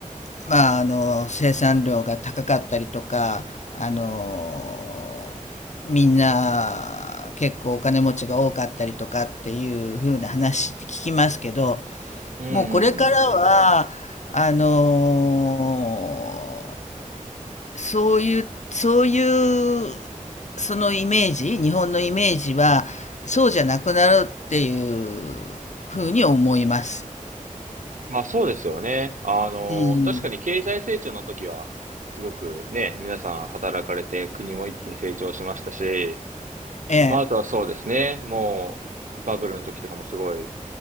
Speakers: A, on the left; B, on the right.
A: まあ、あの、生産量が高かったりとか、あの、みんな結構お金持ちが多かったりとかっていう風な話って聞きますけど、
B: うん、
A: もうこれからは、
B: うん。
A: あの、そういう、そういう、そのイメージ、日本のイメージは、そうじゃなくなるっていう風に思います。
B: まあそうですよね。あの、
A: うん。
B: 確かに経済成長の時は、すごくね、皆さん働かれて国も一気に成長しましたし、
A: ええ。
B: まああとはそうですね、もうバブルの時とかもすごい